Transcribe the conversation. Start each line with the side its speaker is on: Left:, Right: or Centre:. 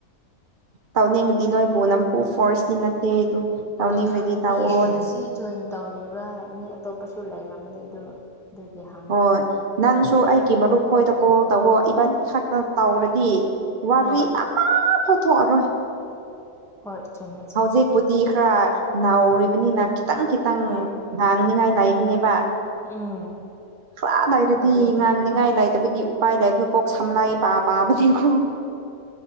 Right: ꯇꯧꯅꯤꯡꯉꯗꯤ ꯅ‌ꯣꯏꯕꯣ ꯅꯝꯄꯨ ꯐꯣꯔꯁ ꯇꯤ‌ ꯅꯠꯇꯦ ꯑꯗꯨ ꯇꯧꯅꯤꯡꯔꯗꯤ
Centre: ꯍꯥꯡꯈꯤꯒ‌ꯦ
Right: ꯇꯧꯑꯣꯅ
Centre: ꯑꯁꯤ ꯖꯣꯏꯟ ꯇꯧꯅꯤꯡꯕꯔ ꯃꯤ ꯑꯇꯣꯞꯄꯁꯨ ꯂꯩꯔꯝꯃꯅꯤ ꯑꯗꯨ ꯑꯗꯨꯒꯤ ꯍꯪꯒꯦ
Right: ꯍꯣꯏ ꯅꯪꯁꯨ ꯑꯩꯒꯤ ꯃꯔꯨꯞ ꯈꯣꯏꯗ ꯀꯣꯜ ꯇꯧꯋ‌ꯣ ꯏꯕꯥꯅꯤꯈꯛꯇ ꯇꯧꯔꯗꯤ ꯋꯥꯔꯤ
Centre: ꯍꯣꯏ
Right: ꯑꯃ ꯐꯥꯎ ꯊ‌ꯣꯛꯑꯔꯣꯏ
Centre: ꯍꯣꯏ ꯆꯨꯝꯃꯦ ꯆꯨꯝꯃꯦ
Right: ꯍꯧꯖꯤꯛꯄꯨꯗꯤ ꯈꯔ ꯅꯧꯔꯤꯕꯅꯤꯅ ꯈꯤꯇꯪ ꯈꯤꯇꯪ
Centre: ꯍꯣꯏ
Right: ꯉꯥꯡ ꯍꯪꯅꯤꯡꯉꯥꯏ ꯂꯩꯥꯕꯅꯦꯕ
Centre: ꯎꯝ
Right: ꯁ꯭ꯋꯥꯗꯥꯏꯔꯗꯤ
Centre: ꯑꯗꯨꯅꯤ
Right: ꯉꯥꯡꯅꯤꯡꯉꯥꯏ ꯂꯩꯥꯏ ꯇꯕꯒꯤ ꯎꯄꯥꯏ ꯂꯩꯕꯩ ꯀꯣꯛ ꯁꯝꯂꯥꯏ ꯄꯥ ꯄꯥꯕꯅꯤꯀ‌ꯣ